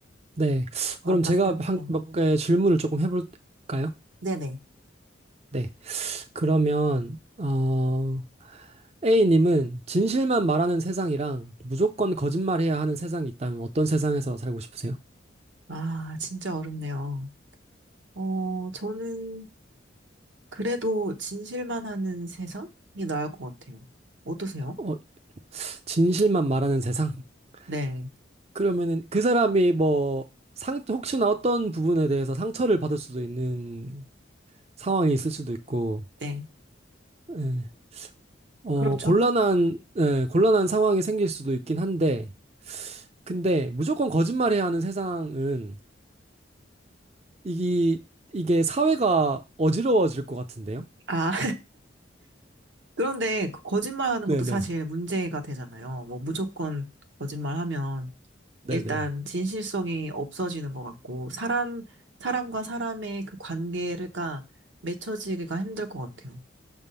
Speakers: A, on the right (about 30°); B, on the right (about 70°).
A: 네.
B: 어떠세요?
A: 그럼 제가 한,
B: 네.
A: 몇 개 질문을 조금 해볼까요?
B: 네네.
A: 네. 그러면, 어, A님은 진실만 말하는 세상이랑 무조건 거짓말해야 하는 세상이 있다면 어떤 세상에서 살고 싶으세요?
B: 아, 진짜 어렵네요. 어, 저는 그래도 진실만 하는 세상이 나을 것 같아요. 어떠세요?
A: 어, 진실만 말하는 세상? <laughs>
B: 네,
A: 그러면은 그 사람이 뭐, 상, 혹시나 어떤 부분에 대해서 상처를 받을 수도 있는 상황이 있을 수도 있고,
B: 네.
A: 예. 어,
B: 그렇죠.
A: 곤란한, 예, 곤란한 상황이 생길 수도 있긴 한데, 근데 무조건 거짓말해야 하는 세상은 이게 이게 사회가 어지러워질 것 같은데요?
B: 아, 그런데 그 거짓말하는
A: 네네.
B: 것도 사실 문제가 되잖아요. 뭐 무조건 거짓말하면
A: 네네.
B: 일단 진실성이 없어지는 것 같고 사람 사람과 사람의 그 관계가 맺혀지기가 힘들 것 같아요.